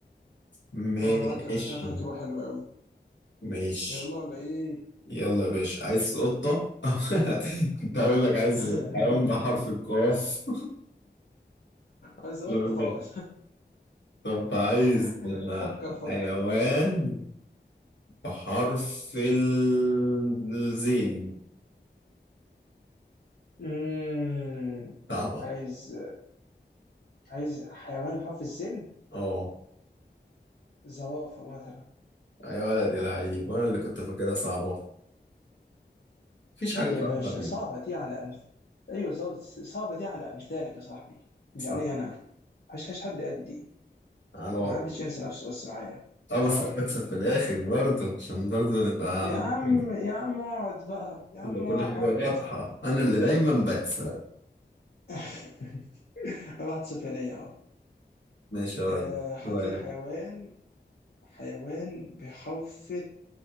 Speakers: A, on the left; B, on the left.
A: ماشي
B: اه انا معاك انا كده هتبقى حلوة قوي
A: ماشي
B: يلا ولا ايه
A: يلا يا باشا عايز قطة <laughs> كنت هقول لك عايز
B: <laughs>
A: حيوان بحرف القاف
B: عايز قطة
A: <laughs>
B: طبعا
A: طب عايز
B: <laughs> فكر فكر
A: حيوان بحرف ال- الزين
B: مم.
A: صعبة
B: عايز عايز حيوان بحرف السين
A: اه
B: زرافة مثلا
A: يا ولد يا لعيب انا اللي كنت فاكرها صعبة مفيش
B: لا
A: حاجة
B: يا
A: صعبة
B: باشا
A: عليك
B: صعبة دي على أمث أيوة بالظبط صعبة دي على أمثالك يا صاحبي مش
A: صح
B: علي أنا هش هش حد قدي
A: على وضع
B: ما حدش ينسى نفسه بس معايا
A: اه بس
B: على وضعي
A: انا بكسب
B: جدا
A: في الاخر برضه عشان برضه نبقى
B: يا
A: على
B: عم
A: مكاني.
B: يا عم اقعد بقى يا
A: تبقى
B: عم
A: كل
B: اقعد
A: حاجة واضحة انا اللي دايما بكسب
B: طب <laughs> أنا واحد صفر ليا أهو
A: ماشي يا
B: آه،
A: ريس سؤالك
B: هات لي حيوان حيوان بحرف